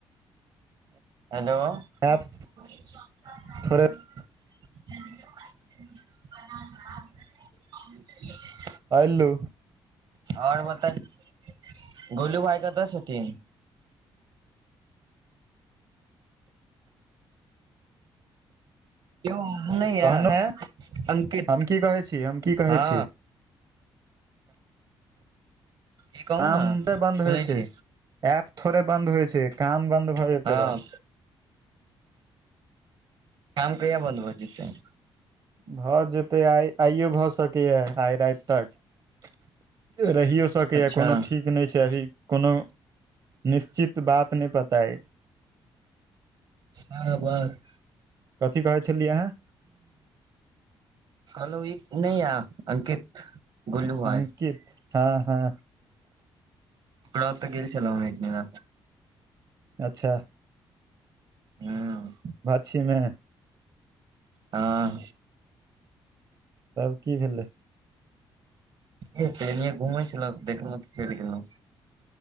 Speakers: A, on the right; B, on the right.
A: हेलो
B: ऐप
A: <unintelligible>
B: थोड़े
A: आ <unintelligible>
B: हेलो
A: आओर बताही गोलू भााय कतऽ छथिन यो वो नई
B: कहनो
A: या
B: है
A: अंकित
B: हम की कहै छी हम की कहै
A: हँ
B: छी
A: की कहू
B: कामे
A: ने
B: बन्द
A: सुनै
B: होइ छै
A: छी
B: ऐप थोड़े बन्द होइ छै काम बन्द भए जेतै
A: हँ
B: बस
A: काम कहिया बन्द भ जेतै
B: भऽ जेतै आइ आइयो भऽ सकैए आइ राति तक रहियो सकैया
A: अच्छा
B: कोनो ठीक नहि छै अभी कोनो निश्चित बात नहि पता या
A: शरबत
B: कथी कहै छलियै अहां
A: कहलौं ई नहि या अंकित गोलू भाय
B: अंकित हँ हँ
A: ओकरा ओत गेल छलौं हम एकदिना
B: अच्छा
A: हुँ
B: भछीमे
A: हाँ
B: तब की भेलै
A: ए त एने घुमै छलौं देखलहुँ तऽ चलि गेलहुँ